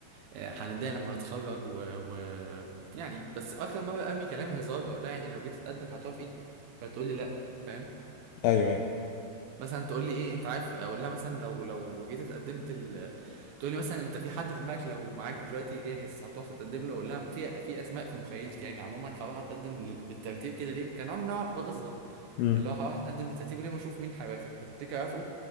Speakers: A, on the right (about 75°); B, on the left (about 85°).
A: آه، هنتضايق لما نتخرج و... و... يعني بس اكتر مره ارمي كلام هزار اقول لها يعني لو جيت تتقدم هتوافقي فتقول لي لا فاهم
B: ايوه ايوه
A: مثلا تقول لي ايه انت عارف اقول لها مثلا لو لو جيت اتقدمت ال... تقول لي مثلا انت في حد في دماغك لو معاك دلوقتي جاهز هتروح تتقدم له اقول لها في في اسماء في مخيلتي يعني عموما هروح اتقدم ل... بالترتيب كده ليه كان نوع من أنواع بغيظها
B: امم
A: اللي هو هروح اتقدم بالترتيب ليه واشوف مين هيوافق فتفتكر هيوافقوا